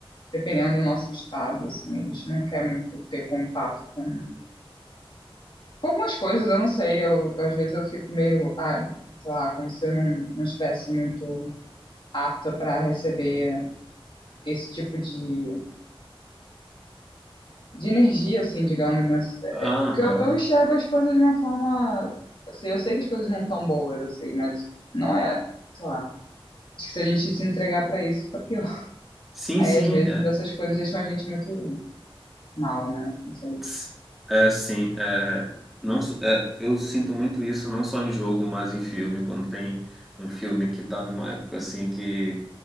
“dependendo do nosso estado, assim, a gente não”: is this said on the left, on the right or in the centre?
Left